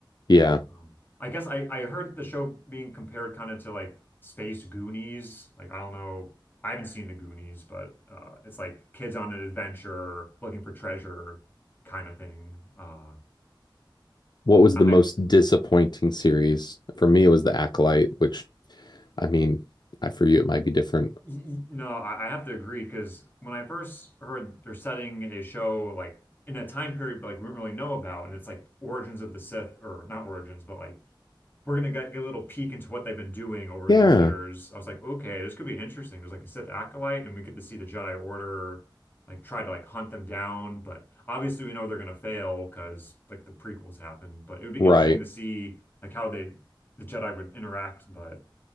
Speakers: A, on the left; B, on the left.
A: Yeah.
B: Um, I guess I, I heard the show being compared kind of to like Space Goonies. Like, I don't know. I haven't seen the Goonies, but uh, it's like kids on an adventure looking for treasure kind of thing. Uh,
A: What was
B: I,
A: the most
B: I
A: disappointing series? For me, it was The Acolyte, which I mean, I for you it might be different.
B: y- y- no, I, I have to agree because when I first heard they're setting a show like in a time period like we don't really know about, and it's like origins of the Sith or not origins, but like we're gonna get, get a little peek into what they've been doing over
A: Yeah.
B: these years. I was like, okay, this could be interesting. There's like a Sith acolyte, and we get to see the Jedi Order like try to like hunt them down. But obviously, we know they're gonna fail because like the prequels happened. But it would be
A: Right.
B: interesting to see like how they the Jedi would interact. But